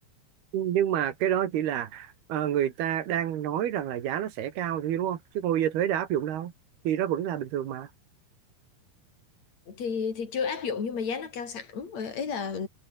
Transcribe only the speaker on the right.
nhưng mà cái đó chỉ là ờ, người ta đang nói rằng là giá nó sẽ cao thì đúng không chứ còn bây giờ thuế đã áp dụng đâu thì nó vẫn là bình thường mà